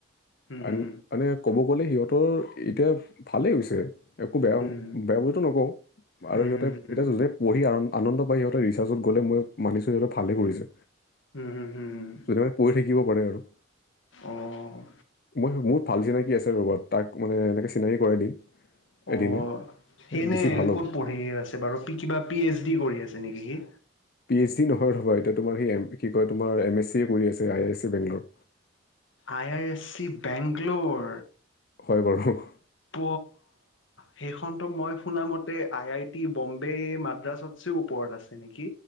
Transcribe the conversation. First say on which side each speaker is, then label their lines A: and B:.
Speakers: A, on the left (about 70°); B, on the left (about 45°).
A: হুম,
B: <unintelligible>
A: হুম,
B: মান ক'ব গলে সিহঁতৰ এতিয়া ভালেই হৈছে। একো বেয়া
A: হুম,
B: বেয়া বুলিতো নকওঁ আৰু
A: হুম,
B: সিহঁতে
A: হুম, হুম, হুম,
B: এতিয়া য পঢ়ি আৰম আনন্দ পায় সিহঁতৰ ৰিচাৰ্চত গ'লে মই মানিছোঁ সিহঁত ভালেই কৰিছে।
A: হুম, হুম, হুম,
B: কেতিবা পঢ়ি থাকিব পাৰে। আৰু
A: অ'।
B: মই মোৰ ভাল চিনাকি আছে ৰ'বা তাক মানে এনেকে চিনাকি কৰাই দিম।
A: অ
B: এদিনে
A: সেই এনে
B: বেছি ভাল
A: ক'ত
B: হ'ব
A: পঢ়ি আছে বাৰু কিবা পি এইচ ডি কৰি আছে নেকি সি?
B: পি এইচ ডি নহয় ৰ'বা এতিয়া তোমাৰ সেই এম কি কয় তোমাৰ এম এছ চি এ কৰি আছে আই আই চি বেংগলৰ।
A: I I S C Bangalore
B: হয় বাৰু হুহ
A: প সেইখনতো মই শুনামতে আই আই টি বম্বে মাদ্ৰাছত তো ওপৰত আছে নেকি